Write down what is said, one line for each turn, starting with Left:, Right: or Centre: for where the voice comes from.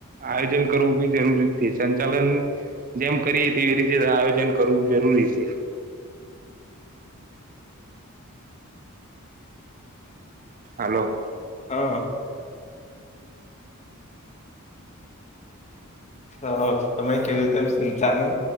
Right: આયોજન કરવું બી જરૂરી છે સંચાલન જેમ કરીએ તેવી રીતે આયોજન કરવું જરૂરી છે હાલો
Left: હા તો તમે કેવું કે સંચાલન